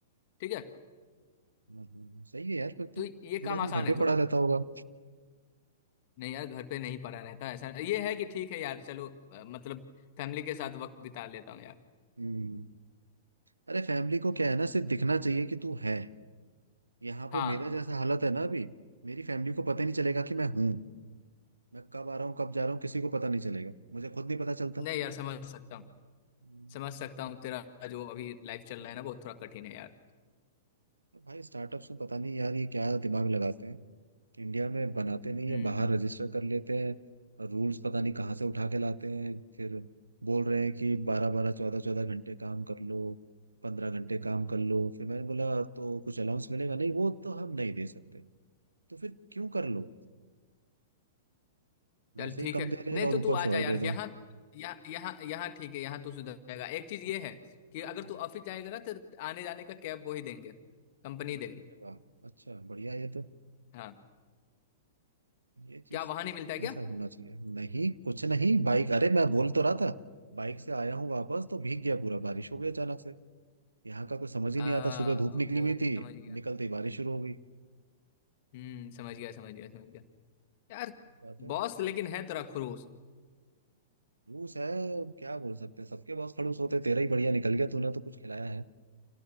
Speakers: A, on the left; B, on the right.
A: ठीक है
B: हम्म, हम्म, सही है यार फिर तो,
A: तो ये
B: तो पूरा
A: काम
B: दिन
A: आसान
B: घर पे
A: है थोड़ा
B: पड़ा रहता होगा
A: नहीं यार घर पे नहीं पड़ा रहता ऐसा ये है कि ठीक है यार चलो अ, मतलब फैमिली के साथ वक्त बिता लेता हूँ यार
B: हम्म अरे फैमिली को क्या है ना सिर्फ दिखना चाहिए कि तू है यहाँ पे
A: हाँ
B: मेरा जैसा हालत है ना अभी मेरी फैमिली को पता ही नहीं चलेगा कि मैं हूँ मैं कब आ रहा हूँ कब जा रहा हूँ किसी को पता नहीं चलेगा मुझे खुद नहीं पता चलता
A: नहीं यार समझ सकता हूँ
B: हम्म।
A: समझ सकता हूँ तेरा जो अभी लाइफ चल रहा है ना वो थोड़ा कठिन है यार
B: अब भाई स्टार्टअप्स में पता नहीं यार ये क्या दिमाग लगाते हैं इंडिया में बनाते नहीं
A: हम्म
B: है बाहर
A: हम्म।
B: रजिस्टर कर लेते हैं और रूल्स पता नहीं कहाँ से उठा के लाते हैं फिर बोल रहे हैं कि बारह बारह चौदह चौदह घंटे काम कर लो पंद्रह घंटे काम कर लो फिर मैंने बोला तो कुछ अलाउंस मिलेगा नहीं वो तो हम नहीं दे सकते तो फिर क्यों कर लो वैसे
A: चल ठीक
B: ही कम
A: है
B: दे रहे
A: नहीं
B: हैं और
A: तो
B: ऊपर
A: तू आ
B: से और
A: जा यार
B: दे
A: यहाँ यहाँ यहाँ यहाँ ठीक है यहाँ तू सुधर जाएगा एक चीज ये है कि अगर
B: दो
A: तू ऑफिस जाएगा ना तो आने जाने का कैब वो ही देंगे कंपनी देगी
B: अरे वाह अच्छा बढ़िया ये तो
A: हाँ
B: ये चीज
A: क्या वहां नहीं मिलता है क्या
B: ऐसा होना चाहिए नहीं कुछ नहीं बाइक अरे मैं बोल तो रहा था बाइक से आया हूँ वापस तो भीग गया पूरा बारिश हो गई अचानक से यहाँ का कुछ समझ ही
A: आ,
B: नहीं आता सुबह धूप निकली
A: ओ
B: हुई थी
A: समझ गया
B: निकलते ही बारिश शुरू हो गई
A: हम्म समझ गया समझ गया समझ गया यार
B: बात है
A: बॉस लेकिन है तेरा खड़ूस
B: खड़ूस है क्या बोल सकते हैं सबके पास खड़ूस होते हैं, तेरा ही बढ़िया निकल गया तूने तो कुछ खिलाया है